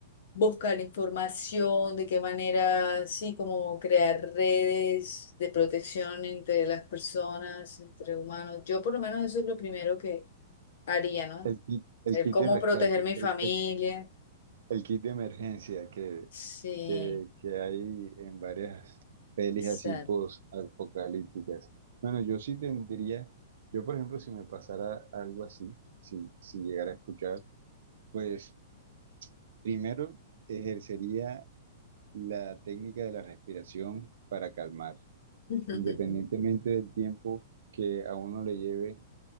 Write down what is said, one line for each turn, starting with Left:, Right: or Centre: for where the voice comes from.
Left: buscar información, de qué manera, sí, como crear redes de protección entre las personas, entre humanos. Yo por lo menos eso es lo primero que haría, ¿no?
Right: El kit,
Left: El
Right: el kit
Left: cómo
Right: de rescate,
Left: proteger mi familia.
Right: el, el El kit de emergencia que,
Left: Sí,
Right: que, que hay en varias pelis
Left: exacto.
Right: así post-apocalípticas. Bueno, yo sí tendría, yo por ejemplo, si me pasara algo así, si, si llegara a escuchar, pues primero ejercería la técnica de la respiración para calmar,
Left: <laughs>
Right: independientemente del tiempo que a uno le lleve